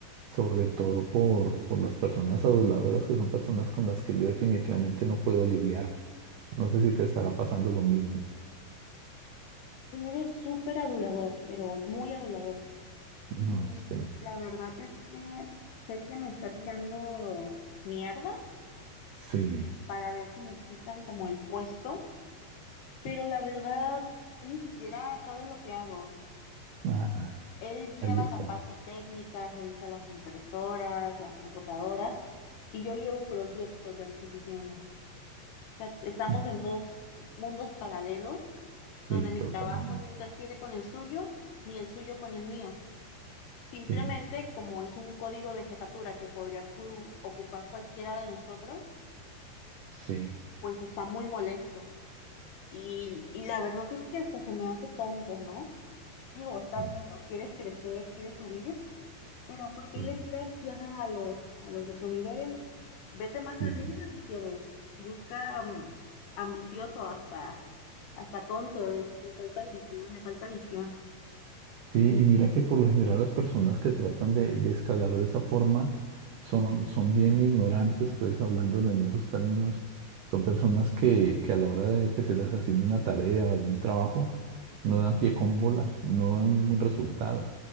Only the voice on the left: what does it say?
Eres súper adulador, pero muy adulador.
Y
la verdad es que sé que me está tirando mierda
para ver si me quitan como el puesto, pero
la verdad ni siquiera sabe lo que hago.
Él lleva
la parte técnica, revisa las impresoras, las computadoras, y yo llevo proyectos de adquisiciones. O sea, estamos
en dos mundos paralelos donde
mi
trabajo no interfiere con el suyo, ni el suyo con el mío. Simplemente,
como es un código de jefatura que podría cu- ocupar cualquiera de nosotros,
pues está muy molesto. Y, y la verdad es que hasta se me hace tonto, ¿no? Digo, está
bien, ¿no? Quieres crecer, quieres subir, Pero ¿por qué
le tiras tierra a los, a los de tu nivel? Vete más
arriba si quieres. Busca mm, ambicioso hasta, hasta tonto es. Le falta ambición, le falta visión.